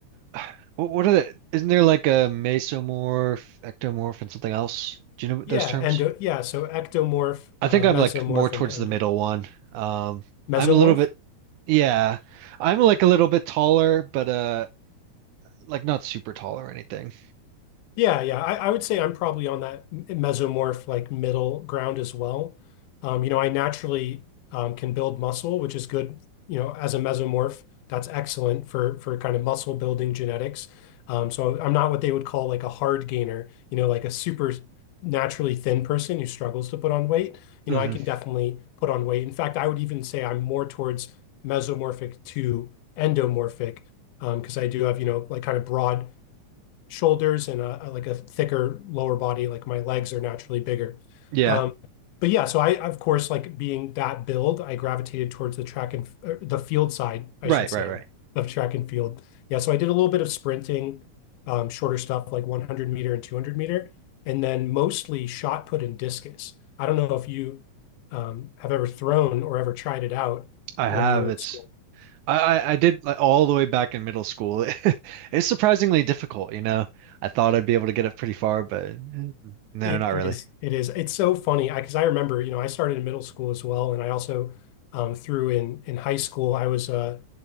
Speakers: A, on the right (about 80°); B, on the left (about 85°).
A: <sighs> What, what are the, isn't there like a mesomorph, ectomorph, and something else? Do you know those
B: Yeah,
A: terms?
B: endo. Yeah, so ectomorph,
A: I
B: uh,
A: think I'm
B: mesomorph,
A: like more towards
B: and endo
A: the middle one. Um,
B: mesomorph.
A: I'm a little bit, yeah, I'm like a little bit taller, but uh, like not super tall or anything.
B: Yeah, yeah. I, I would say I'm probably on that m- mesomorph like middle ground as well. Um, you know, I naturally um, can build muscle, which is good, you know, as a mesomorph. That's excellent for for kind of muscle building genetics. Um, so I'm not what they would call like a hard gainer, you know, like a super naturally thin person who struggles to put on weight. You
A: hmm
B: know, I can definitely put on weight. In fact, I would even say I'm more towards mesomorphic to endomorphic, um, because I do have, you know, like kind of broad shoulders and a, a- like a thicker lower body. Like my legs are naturally bigger.
A: Yeah,
B: Um, but yeah, so I of course like being that build, I gravitated towards the track and f- the field side, I
A: right,
B: should say,
A: right, right.
B: of track and field. Yeah, so I did a little bit of sprinting, um, shorter stuff like 100 meter and 200 meter, and then mostly shot put and discus. I don't know if you um, have ever thrown or ever tried it out
A: I
B: when
A: have.
B: you were
A: It's
B: in school.
A: I, I I did like all the way back in middle school. <laughs> It's surprisingly difficult, you know. I thought I'd be able to get up pretty far, but mm, no,
B: It
A: not really.
B: is. It is. It's so funny because I 'cause I remember, you know, I started in middle school as well, and I also um, through in in high school. I was uh,